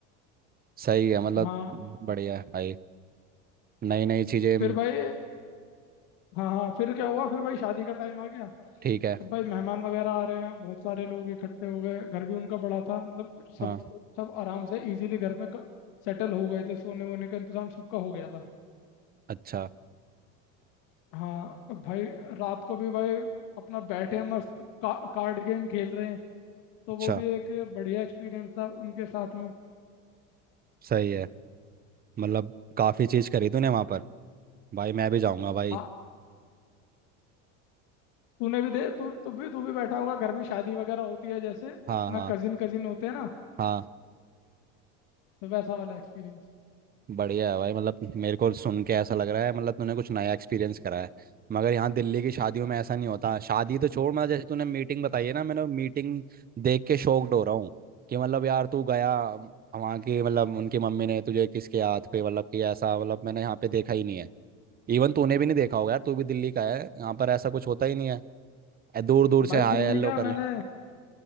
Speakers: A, on the right; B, on the left.
A: सही है मतलब
B: हाँ
A: बढ़िया है भाई नई नई चीज़ें
B: फिर भाई हाँ हाँ फिर क्या हुआ फिर भाई शादी का टाइम आ गया
A: ठीक है
B: सब भाई मेहमान वगैरह आ रहे हैं बहुत सारे लोग इकट्ठे हो गए घर भी उनका बड़ा था मतलब
A: हाँ
B: सब सब आराम से इजीली घर में सेटल हो गए थे सोने वोने का इंतजाम सबका हो गया था
A: अच्छा
B: हाँ अब भाई रात को भी भाई अपना बैठे हैं मस्त का, कार्ड गेम खेल रहे हैं तो
A: अच्छा
B: वो भी एक बढ़िया एक्सपीरियंस था उनके साथ में
A: सही है मतलब काफ़ी चीज़ करी तूने वहाँ पर भाई मैं भी जाऊँगा भाई
B: हाँ तूने भी दे तू तू भी तू भी बैठा होगा घर में शादी वगैरह होती है जैसे अपना
A: हाँ हाँ
B: कजिन कजिन होते हैं ना
A: हाँ
B: तो वैसा वाला एक्सपीरियंस
A: बढ़िया है भाई मतलब मेरे को सुन के ऐसा लग रहा है मतलब तूने कुछ नया एक्सपीरियंस करा है मगर यहाँ दिल्ली की शादियों में ऐसा नहीं होता शादी तो छोड़ मतलब जैसे तूने मीटिंग बताई है ना मैंने मीटिंग देख के शॉक्ड हो रहा हूँ कि मतलब यार तू गया वहाँ की मतलब उनकी मम्मी ने तुझे किसके हाथ पे मतलब कि ऐसा मतलब मैंने यहाँ पे देखा ही नहीं है इवन तूने भी नहीं देखा होगा यार तू भी दिल्ली का है यहाँ पर ऐसा कुछ होता ही नहीं है दूर दूर से
B: भाई
A: हाय
B: दिल्ली
A: हेलो
B: क्या
A: कर ले
B: मैंने